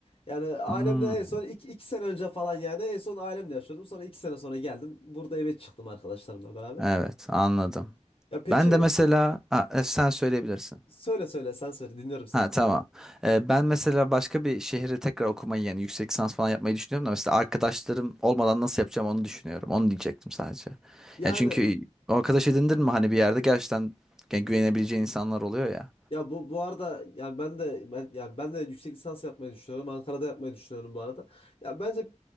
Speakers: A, on the left; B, in the centre.
A: Yani ailemle
B: Hmm.
A: en son iki, iki sene önce falan yani en son ailemle yaşıyordum. Sonra iki sene sonra geldim. Burada eve çıktım arkadaşlarımla beraber.
B: Evet, anladım.
A: Ya peki
B: Ben de mesela ha, e, sen söyleyebilirsin.
A: söyle söyle sen söyle dinliyorum seni.
B: Ha tamam. E, ben mesela başka bir şehre tekrar okumayı yani yüksek lisans falan yapmayı düşünüyorum da mesela arkadaşlarım olmadan nasıl yapacağım onu düşünüyorum. Onu diyecektim sadece.
A: Yani
B: Yani çünkü o arkadaş edindin mi hani bir yerde gerçekten
A: <laughs>
B: yani güvenebileceğin insanlar oluyor ya.
A: Ya bu bu arada yani ben de ben yani ben de yüksek lisans yapmayı düşünüyorum. Ankara'da yapmayı düşünüyorum bu arada. Ya bence